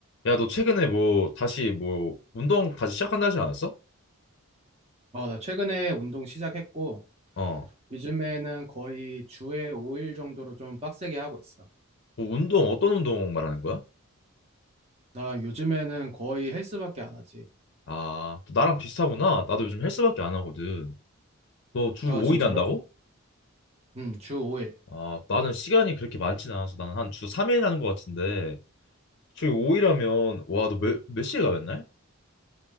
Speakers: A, on the left; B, on the right.
A: 야, 너 최근에 뭐 다시 뭐 운동 다시 시작한다 하지 않았어?
B: 어, 나 최근에 운동 시작했고,
A: 어.
B: 요즘에는 거의 주에 5일 정도로 좀 빡세게 하고 있어.
A: 뭐 운동 어떤 운동 말하는 거야?
B: 나 요즘에는 거의 헬스밖에 안 하지.
A: 아, 또 나랑 비슷하구나. 나도 요즘 헬스밖에 안 하거든. 너 주
B: 아,
A: 5일
B: 진짜로?
A: 한다고?
B: 응, 주 5일.
A: 아, 나는 시간이 그렇게 많진 않아서 나는 한 주 3일 하는 것 같은데. 주 5일 하면 와, 너 몇, 몇 시에 가 맨날?